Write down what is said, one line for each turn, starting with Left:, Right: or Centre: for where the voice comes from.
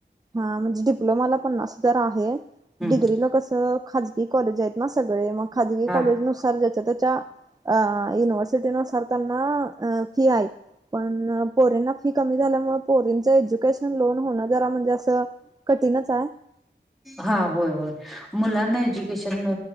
Right: हा म्हणजे डिप्लोमाला पन्नास हजार आहे,
Centre: हम्म
Right: डिग्री ला कसं खाज गी कॉलेज आहेत ना सगळे मग खाजगी
Centre: हा
Right: कॉलेज नुसार ज्या ततेच्या अ युनिव्हर्सिटी नुसार त्यांना अ फी आहे. पण पोरींना फी कमी झाल्यामुळ पोरींच एज्युकेशन लोन होणं जरा म्हणजे आ चं कठीणच हाय
Centre: हा होय होय. मुलांना एज्युकेशन